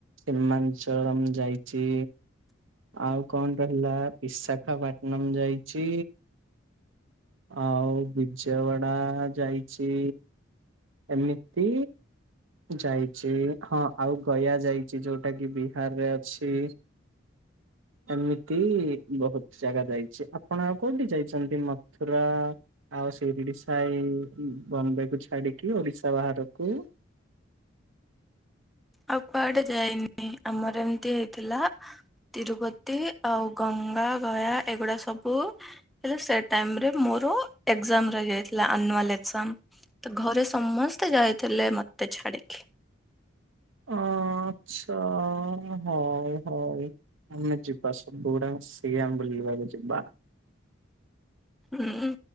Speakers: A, on the right; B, in the centre.
A: ସିମାଞ୍ଚଳମ ଯାଇଚି। ଆଉ କଣ ରହିଲା ବିଶାଖାପାଟନମ ଯାଇଛି। ଆଉ ବିଜୟୱାଡା ଯାଇଛି। ଏମିତି ଯାଇଛି ହଁ ଆଉ ଗୟା ଯାଇଛି ଯୋଉଟା କି ବିହାରରେ ଅଛି। ଏମିତି ବହୁତ ଜାଗା ଯାଇଚି। ଆପଣ ଆଉ କୋଉଠି ଯାଇଛନ୍ତି ମଥୁରା ଆଉ ସିରିଡିଶାଇ ବମ୍ବେ କୁ ଛାଡିକି ଓଡିଶା ବାହାରକୁ?
B: ଆଉ କୁଆଡେ ଯାଇନି ଆମର ଏମିତି ହେଇଥିଲା। ତିରୁପତି ଆଉ ଗଙ୍ଗା, ଗୟା ଏଗୁଡା ସବୁ ହେଲେ ସେ ଟାଇମ୍ ରେ ମୋର ଏକ୍ଜାମ୍ ରହିଯାଇଥିଲା ଆନୁଆଲ୍ ଏକ୍ଜାମ୍। ତ ଘରେ ସମସ୍ତେ ଯାଇଥିଲେ ମତେ ଛାଡିକି।
A: ଆ ଚ୍ଛା ହଉ ହଉ। ଆମେ ଯିବା ସବୁ ଗୁଡ଼ାଙ୍କ ସେଇଆମେ ବୁଲିିବାକୁ ଯିବା।
B: ହୁଁ